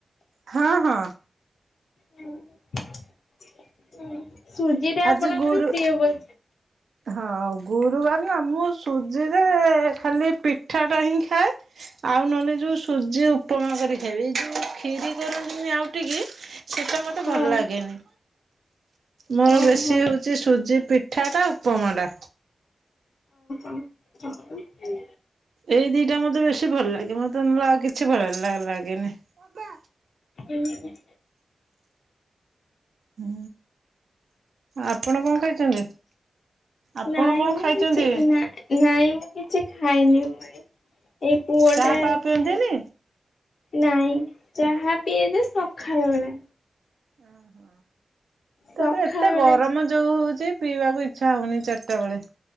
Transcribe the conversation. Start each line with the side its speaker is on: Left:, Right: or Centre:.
Right: ହଁ ହଁ।
Left: ଓହୋ ଓହୋ ସୁଜିଟା
Right: ଆଜି
Left: ଆପଣଙ୍କର
Right: ଗୁରୁ
Left: ପ୍ରିୟ ବୋ
Right: ହଁ ଗୁରୁବାର ନା ମୁଁ ସୁଜିରେ ଖାଲି ପିଠାଟା ହିଁ ଖାଏ। ଆଉ ନହେଲେ ଯୋଉ ସୁଜି ଉପମା କରି ଖାଇବି। ଏଇ ଯୋଉ ଖିରି କରନ୍ତିନି ଆଉଟିକି ସେଇଟା ମ ତେ
Left: ହଁ
Right: ଭଲ ଲାଗେନି। ମୋର
Left: ଓହୋ
Right: ବେଶୀ ହେଉଛି ସୁଜି ପିଠାଟା ଆଉ ଉପମାଟା।
Left: <inaudible>
Right: ଏଇ ଦିଟା ମତେ ବେଶୀ ଭଲ ଲାଗେ। ମତେ ନହେଲେ ଆଉ କିଛି ଭଲ ଲା-ଲାଗେନି। ବାବା।
Left: ଉଁହୁଁ।
Right: ହୁଁ। ଆପଣ କଣ ଖାଇଛନ୍ତି? ଆପଣ
Left: ନାଇଁ
Right: କଣ
Left: ମୁଁ
Right: ଖାଇଛନ୍ତି?
Left: କିଛି ନା ନାଇଁ ମୁଁ କିଛି ଖାଇନି ଉଁ ଏଇ-ଏଇ ପୁଅଟା
Right: ଚାହା
Left: ଯୋଗୁଁ
Right: ଫାହା ପିଅନ୍ତିନି?
Left: ନାଇଁ ଚାହା ପିଏ ଯେ ସଖାଳ ବେଳା।
Right: ଓହୋ
Left: ସଖାଳ
Right: ତା ପରେ ଏତେ
Left: ବେଳା
Right: ଗରମ ଯୋଉ ହଉଛି ପିଇବାକୁ ଇଚ୍ଛା ହଉନି ଚାରିଟା ବେଳେ।